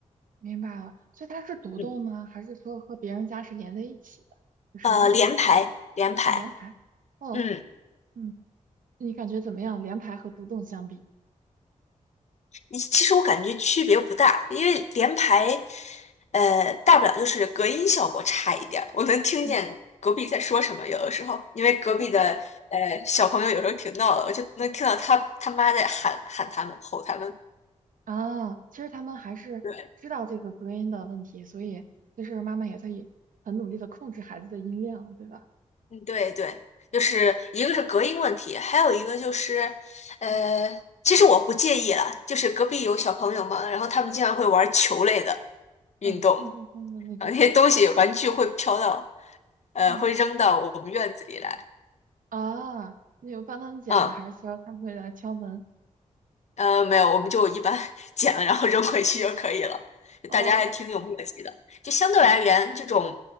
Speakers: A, on the right; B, on the left.
A: 明白了。所以它是独栋吗？
B: 嗯，
A: 还是说和别人家是连在一起的，就是一排的那种哦，
B: 呃，联排联排，
A: 连排，哦，
B: 嗯，
A: 嗯，你感觉怎么样？连排和独栋相比？
B: 你其实我感觉区别不大，因为联排呃大不了就是隔音效果差一点儿，我能听见隔壁在说什么，
A: 嗯
B: 有的时候因为隔壁的呃小朋友有时候挺闹的，
A: <laughs>。
B: 我就能听到他他妈在喊喊他们吼他们。
A: 啊，其实他们还是知道这个隔音的问题，
B: 对。
A: 所以就是妈妈也在以很努力的控制孩子的音量，对吧？
B: 嗯，对对，就是一个是隔音问题，
A: 哦，
B: 还有一个就是，呃，
A: 嗯
B: 其实我不介意啦，就是隔壁有小朋友嘛，然后他们经常会玩球类的运动，
A: 嗯，砰砰砰的那种，
B: 啊，那些东西玩具会飘到，呃，
A: 嗯
B: 会扔到我们院子里来，
A: 啊，你有帮他们剪吗？
B: 嗯，
A: 还是说他们会来敲门？
B: 呃，没有，我们就一般 <laughs> 捡了然后扔回去就可以了，
A: 哦，
B: 大家还挺有默契的，就相对而言，
A: 哦，
B: 这种，